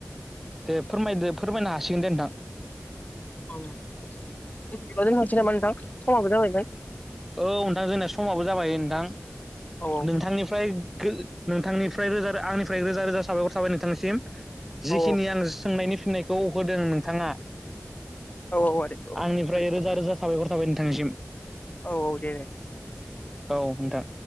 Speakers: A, in the centre; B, on the left.
A: दे फोरमायदो फोरमायनो हासिगोन दे नोंथां।
B: समाबो जाबाय
A: औ नोंथां जोंना समाबो जाबाय नोंथां
B: औ
A: नोंथांनिफ्राय नोंथांनिफ्राय फ्राय रोजा आंनिफ्राय रोजा रोजा साबायखर थांबाय नोंथांनि सिम। जिखिनि
B: औ
A: आं सोंनायनि फिननायखौ होदों नोंथाङा।
B: औ आदै औ
A: आंनिफ्राय
B: सरि
A: रोजा
B: औ
A: रोजा साबायखर थाबाय नोंथांनिसिम।
B: औ दे
A: औ नोंथां।